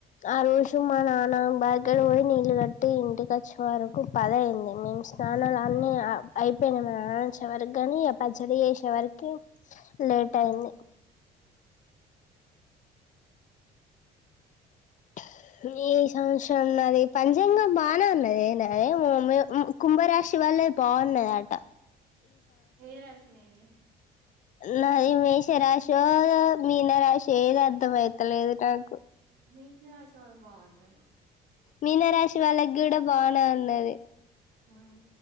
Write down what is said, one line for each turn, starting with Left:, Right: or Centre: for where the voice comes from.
Left: ఆ రోజు మా నాన్న బగగర పోయి నీళ్ళు కట్టి ఇంటికి వచ్చే వరకు పద అయింది మేము స్నానాలు అన్నీ అయిపోయినాయి మా నాన్న చివరికి కాని పచ్చడి చేసేవరికి కి లేట్
Right: ఆ
Left: అయింది <unintelligible> రాశి ఉన్నది పంచాంగం బానే ఉన్నది నాదేమో కుంభరాశి వాళ్ళయి బాగున్నది ఆట
Right: ఏ రాశి నీది
Left: నాది మేషరాశో మీన రాశో ఏది అర్ధంమయితలేదు నాకు
Right: మేష రాశోళ్ళది బావుందంట
Left: మీనరాశి వాళ్ళకి కూడా బానే ఉన్నది
Right: ఊహూ